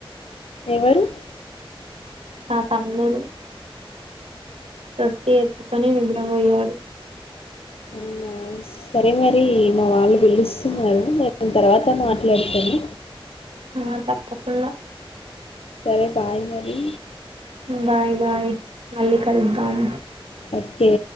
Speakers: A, on the left (about 80°); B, on the right (about 85°).
A: ఎవరు
B: ఆ తమ్ముడు రొట్టె ఎత్తుకొని నిద్రపోయడు
A: అవునా సరే మరి మ వాళ్ళు పిళ్ళిస్తున్నారు మ ర్ తర్వా త మాట్లాడుతాను
B: ఆ తప్పకుండా
A: సరే బాయ్ మరి
B: బాయ్ బాయ్ మళ్ళీ కలుద్దాం
A: ఓకే